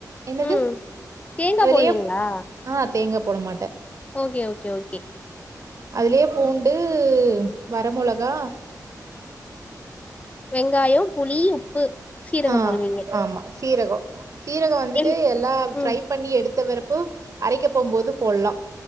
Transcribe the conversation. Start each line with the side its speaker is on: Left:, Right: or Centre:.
Right: என்னது
Left: ம். தேங்கா
Right: அதுலயே
Left: போடுவீங்ளா
Right: ஆ தேங்கா போட மாட்டே
Left: ஓகே ஓகே ஓகே
Right: அதுலயே பூண்டு வர மொளகா
Left: வெங்காயோ புளி உப்பு சீரகோ
Right: ஆ
Left: போடுவீங்க
Right: ஆமா சீரகோ சீரகோ வந்துட்டு
Left: எல்
Right: எல்லா ஃப்ரை
Left: ம்.
Right: பண்ணி எடுத்த வரப்பு அரைக்க போம்போது போட்லா